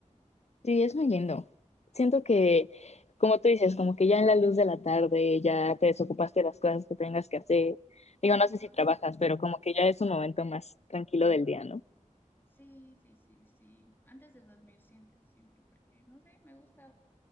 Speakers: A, on the left (about 55°); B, on the left (about 15°).
A: Sí, es muy lindo. Siento que, como tú dices, como que ya en la luz de la tarde ya te desocupaste de las cosas que tengas que hacer. Digo, no
B: Ujú,
A: sé si trabajas, pero como que ya es un momento más tranquilo
B: ujú.
A: del día, ¿no?
B: Sí, sí, sí, sí. Antes de dormir, siempre, siempre, porque no sé, me gusta